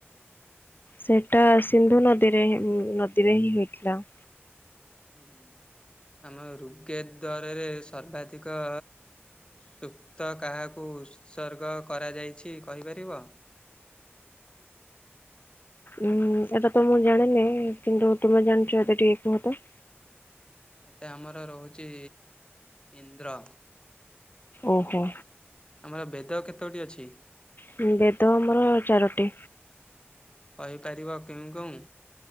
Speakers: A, on the left; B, on the left.
A: ସେଇଟା ସିନ୍ଧୁ ନଦୀରେ ଉଁ ନଦୀରେ ହିଁ ହେଇଥିଲା।
B: ଉହୁଁଁ ଆମ ରୁଗେ ଦ୍ଵାରରେ ସର୍ବାଧିକ ସୁକ୍ତ କାହାକୁ ଉତ୍ସର୍ଗ କରାଯାଇଛି କହିପାରିବ
A: ଉଁ ଏଟା ତ ମୁଁ ଜାଣିନି କିନ୍ତୁ ତୁମେ ଜାଣିଚ ଏଟା ଟିକେ କୁହ ତ?
B: ଏତେ ଆମର ରହୁଛି ଇନ୍ଦ୍ର
A: ଓହୋ।
B: ଆମର ବେଦ କେତୋଟି ଅଛି?
A: ହୁଁ ବେଦ ଆମର ଚାରୋଟି।
B: କହିପାରିବ କେଉଁ କେଉଁ?